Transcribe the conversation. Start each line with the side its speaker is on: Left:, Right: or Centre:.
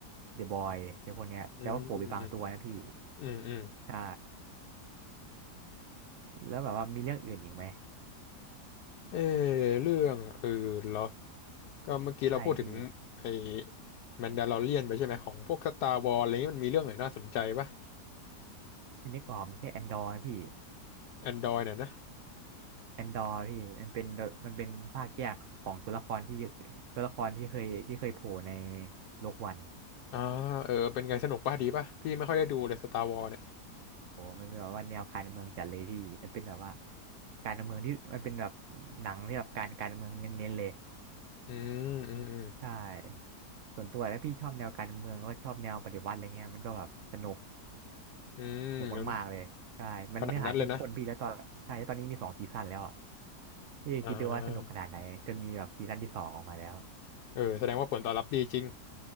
Right: เดอะบอยในพวกเนี้ยแต่ว่าโผล่ไปบางตัวนะพี่
Left: อืมอืมอืม
Right: ใช่แล้วแบบว่ามีเรื่องอื่นอีกไหม
Left: เออเรื่องอื่นเหรอก็เมื่อกี้เราพูดถึงไอ้
Right: ใช่พี่
Left: แมนดาลอเรียนไปใช่ไหมของพวกสตาร์วอลอะไรนี้มันมีเรื่องไหนน่าสนใจป่ะ
Right: ที่นึกออกมีแค่แอนดอร์นะพี่
Left: แอนดรอยเนี่ยนะ
Right: แอนดอร์พี่มันเป็นมันเป็นภาคแยกของตัวละครที่ตัวละครที่เคยที่เคยโผล่ในโลกวัน
Left: อ่าเออเป็นไงสนุกป่ะดีป่ะพี่ไม่ค่อยได้ดูเลยสตาร์วอ s เนี่ย
Right: โอ้มันเป็นแบบว่าแนวการเมืองจัดเลยพี่มันเป็นแบบว่าการเมืองที่มันเป็นแบบหนังที่แบบการการเมืองเน้นๆเลย
Left: อืม อืมอืม
Right: ใช่ส่วนตัวแล้วพี่ชอบแนวการเมืองแล้วก็ชอบแนวปฏิวัติอะไรเงี้ยมันก็แบบสนุก
Left: อืมงั้น
Right: สนุกมากๆเลยใช่มันเนื้อหาเข้มข้นพี่แล้วตอนใช่แล้วตอนนี้มีสองซีซั่นแล้วอ่ะ
Left: ขนาดนั้นเลยนะ
Right: พี่คิดดูว่าสนุกขนาดไหนจนมีแบบซีซั่นที่สองออกมาแล้ว
Left: อ่าเออแสดงว่าผลตอบรับดีจริง